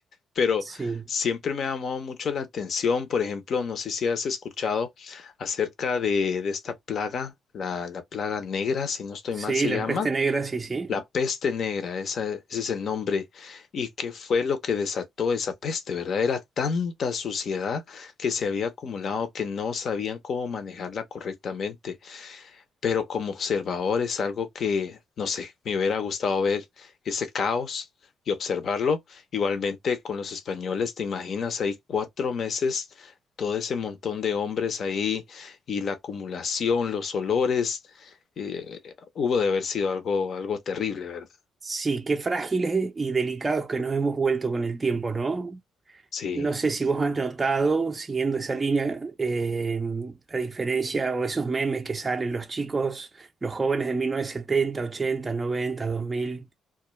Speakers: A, on the left (about 60°); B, on the right (about 20°).
A: pero
B: sí,
A: siempre me ha llamado mucho la atención, por ejemplo, no sé si has escuchado acerca de, de esta plaga, la, la plaga negra, si no estoy
B: sí,
A: mal se
B: la
A: llama.
B: peste negra, sí, sí.
A: La peste negra, esa- ese es el nombre. ¿Y qué fue lo que desató esa peste, verdad? Era tanta suciedad que se había acumulado que no sabían cómo manejarla correctamente. Pero como observador es algo que, no sé, me hubiera gustado ver ese caos y observarlo. Igualmente con los españoles, ¿te imaginas ahí cuatro meses? todo ese montón de hombres ahí y la acumulación, los olores, eh, hubo de haber sido algo, algo terrible, ¿verdad?
B: Sí, qué frágiles y delicados que nos hemos vuelto con el tiempo, ¿no?
A: Sí,
B: No sé si vos has notado, siguiendo esa línea, eh, la diferencia o esos memes que salen los chicos, los jóvenes de 1970, 80, 90, 2000,